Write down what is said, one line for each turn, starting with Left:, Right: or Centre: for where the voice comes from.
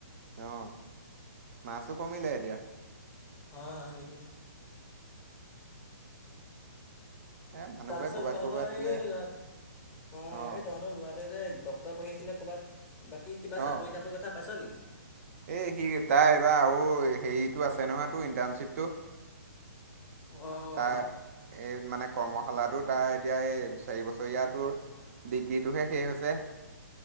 Right: অ মাছো কমিলে এতিয়া।
Left: হয় হয় হৰিৰি
Right: এ মানুহবোৰে
Left: তাৰপিছত
Right: ক'ৰবাত
Left: তহঁতৰ
Right: ক'ৰবাত বোলে
Left: এই লৰা অ
Right: অঁ
Left: এই তহঁতৰ লৰাটোৱে যে। তই পঢ়ি আছিলি যে ক'ৰবাত বাকী কিবা
Right: অঁ
Left: চাকৰি তাকৰি কথা পাইছ নি-
Right: এই সি তাই এইবাৰ আৰু হেৰিটো আছে নহয়তো ইণ্টাৰ্ণশ্বিপটো-
Left: অঁ
Right: তাৰ এই মানে কৰ্মশালাটো তাৰ এতিয়া এই চাৰি বছৰীয়াটোৰ- ডিগ্ৰীটোহে শেষ হৈছে।